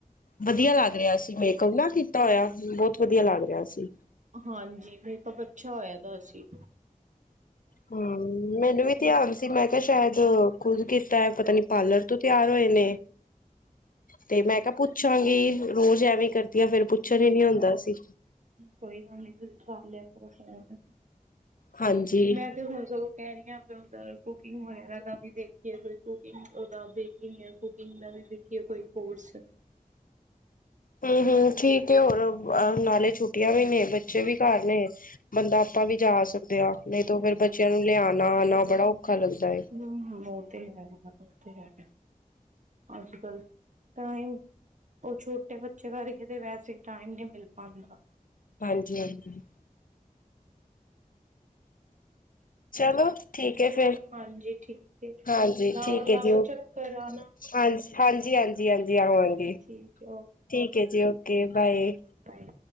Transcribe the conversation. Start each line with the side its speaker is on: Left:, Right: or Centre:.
Left: ਵਧੀਆ ਲੱਗ ਰਿਹਾ ਸੀ ਮੇਕਅੱਪ ਨਾ ਕੀਤਾ ਹੋਇਆ ਬਹੁੱਤ ਵਧੀਆ ਲੱਗ ਰਿਹਾ ਸੀ
Right: ਹਾਂਜੀ। ਮੇਕਅੱਪ, ਅੱਛਾ ਹੋਇਆ ਦਾ ਹੋਸੀ।
Left: ਹੂੰ, ਮੈਨੂੰ ਵੀ ਧਿਆਨ ਸੀ, ਮੈਂ ਕਿਹਾ ਸ਼ਾਇਦ ਖੁਦ ਕੀਤਾ ਹੈ। ਪਤਾ ਨੀ, ਪਾਰਲਰ ਤੋਂ ਤਿਆਰ ਹੋਏ ਨੇ। ਤੇ ''ਮੈਂ ਕਿਹਾ ਪੁੱਛਾਂਗੀ, ਰੋਜ਼ ਐਵੇਂ ਕਰਦੀਆਂ ਫਿਰ ਪੁੱਛਣ ਹੀ ਨੀ ਹੁੰਦਾ ਸੀ।
Right: ਕੋਈ ਗੱਲ ਨੀ, ਤੁਸੀਂ ਕਰ ਲਿਆ ਕਰੋ ਫੋਨ।
Left: ਹਾਂਜੀ।
Right: ਮੈਂ ਤੇ, ਹੁਣ ਸਗੋਂ ਕਹਿ ਰਹੀ ਹਾਂ, ਆਪ ਉਦਾਂ ਕੁਕਿੰਗ ਵਗੈਰਾ ਦਾ ਵੀ ਦੇਖੀਏ, ਕੋਈ ਕੁਕਿੰਗ ਉਹਦਾ ਦੇਖੀ ਕੁਕਿੰਗ ਦਾ ਵੀ ਸੀ ਕੀ, ਕੋਈ ਕੋਰਸ
Left: ਹੂੰ, ਹੂੰ ਠੀਕ ਏ, ਹੋਰ ਨਾਲੇ ਛੁੱਟੀਆਂ ਵੀ ਨੇ, ਬੱਚੇ ਵੀ ਘਰ ਨੇ। ਬੰਦਾ ਆਪਾਂ ਵੀ ਜਾ ਸਕਦੇ ਹਾਂ, ਨਹੀਂ ਤਾਂ ਫਿਰ ਬੱਚਿਆਂ ਨੂੰ ਲਿਆਣਾ-ਆਉਣਾ ਬੜਾ ਔਖਾ ਲੱਗਦਾ ਏ।
Right: ਹੂੰ, ਹੂੰ ਓਹ ਤੇ ਹੈ। ਆਹੋ, ਓ ਤੇ, ਹੈ, ਅੱਜ-ਕੱਲ ਟਾਈਮ ਉਹ ਛੋਟੇ ਬੱਚੇ ਕਰਕੇ ਤੇ ਵੈਸੇ, ਟਾਈਮ ਨਹੀਂ ਮਿਲ ਪਾਂਦਾ।
Left: ਹਾਂਜੀ-ਹਾਂਜੀ। ਚਲੋ ਠੀਕ ਏ
Right: ਚਲੋ
Left: ਫਿਰ,
Right: ਹਾਂਜੀ ਠੀਕ ਹੈ
Left: ਹਾਂਜੀ
Right: ਲਾਓ
Left: ਠੀਕ
Right: ਲਾਓ
Left: ਹੈਜੀ, ਓਕੇ।
Right: ਚੱਕਰ ਆਣਾ।
Left: ਹਾਂਜੀ-ਹਾਂਜੀ- ਹਾਂਜੀ, ਹਾਂਜੀ ਆਵਾਂਗੇ
Right: ਠੀਕ ਹੈ
Left: ਠੀਕ ਹੈ ਜੀ। Okay, bye.
Right: ਟਾਈਮ